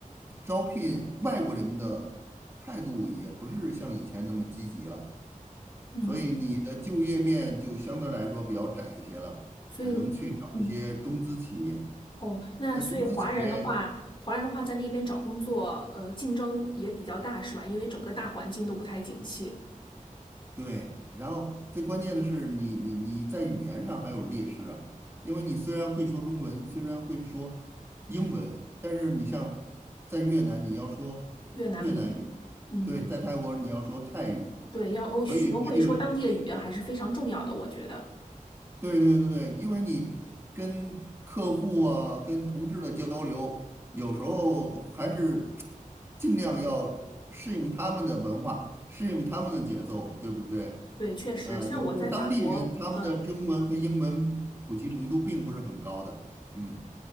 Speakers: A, on the right; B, on the left.
A: 招聘外国人的态度也不是像以前那么积极了，
B: 嗯，
A: 所以你的就业面就相对来说比较窄一些了，
B: 所以
A: 只能去找一些中资企业。
B: 嗯哦，那所以华人的话，
A: 那中资企业
B: 华人的话在那边找工作，呃，竞争也比较大，是吧？因为整个大环境都不太景气，
A: 对，然后最关键的是你你你在语言上还有劣势啊，因为你虽然会说中文，虽然会说英文，但是你像在越南你要说越南语，
B: 越南语，嗯。
A: 对，在泰国你要说泰语，
B: 对，要欧学会说当地的语言还是非常重要的，
A: 所以这就
B: 我觉得。
A: 对对对对，因为你跟客户啊、跟同事的交流，有时候还是尽量要适应他们的文化，适应他们的节奏，对不对？
B: 对，确实，
A: 呃，
B: 像我在法国，
A: 有些当地人他们的中文和英文普及程度并不是很高的。
B: 嗯，
A: 嗯